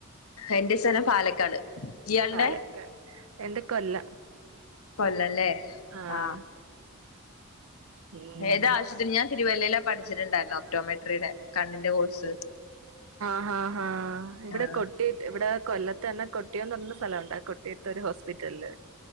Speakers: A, on the left (about 70°); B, on the right (about 65°).
A: എന്റെ സ്ഥലം പാലക്കാട് ഇയാളുടെ
B: പാലക്കാട് എന്റെ കൊല്ലം.
A: കൊല്ലം അല്ലേ
B: ആഹ്
A: ആ
B: ഉം
A: ഏതാ ആശുപത്രി ഞാൻ തിരുവല്ലയിലാ പഠിച്ചിട്ടുണ്ടായിരുന്നു ഓപ്റ്റോമെട്രിയുടെ കണ്ണിന്റെ കോഴ്സ്
B: ആ ആ ആ ഇവിടെ
A: ആഹ്
B: കൊട്ടിയത്ത് ഇവിടെ കൊല്ലത്ത് തന്നെ കൊട്ടിയൊന്ന് പറയുന്ന ഒരു സ്ഥലോണ്ട് ആ കൊട്ടിയോത്ത് ഒരു ഹോസ്പിറ്റലില്.